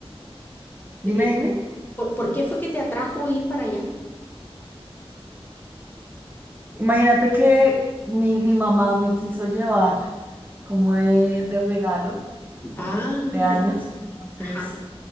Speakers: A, on the right (about 20°); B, on the left (about 20°).
A: Dime,
B: Eh,
A: dime.
B: ¿Por, por qué fue que te atrajo ir para allá?
A: Imagínate que mi, mi mamá me quiso llevar como de, de regalo
B: Ah,
A: de cumpleaños.
B: mira,
A: Entonces
B: ajá,